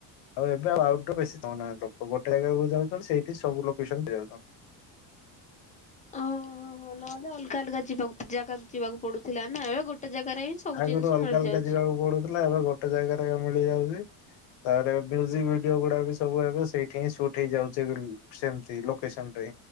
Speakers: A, on the left; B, on the left.
A: ଆଉ ଏବେ ଆଉ ଆଉଟଡୋର ବେଶୀ ଯାଉ ନାହାଁନ୍ତି ଲୋକ ଗୋଟେ ଜାଗାକୁ ଯାଉଛନ୍ତି ସେଇଠି ସବୁ ଲୋକେସନ ଦିଆଯାଉଛି ତାଙ୍କୁ।
B: ଓହୋ ହୋ ନହେଲେ ଅଲଗା ଅଲଗା ଯିବାକୁ ଜାଗାକୁ ଯିବାକୁ ପଡୁଥିଲା ନା ଏବେ ଗୋଟେ, ଜାଗାରେ ହିଁ ସବୁ
A: ଆଗରୁ
B: ଜିନିଷ
A: ଅଲଗା
B: ମିଳିଯାଉଛି।
A: ଅଲଗା ଯିବାକୁ ପଡୁଥିଲା ଏବେ ଗୋଟେ ଜାଗାରେ ମିଳିଯାଉଛି। ତାପରେ, ମ୍ୟୁଜିକ ଭିଡିଓ ଗୁଡା ବି ସବୁ ଏବେ ସେଇଠି ହିଁ ସୁଟ୍ ହେଇଯାଉଚି ସେମତି ଲୋକେସନ ରେ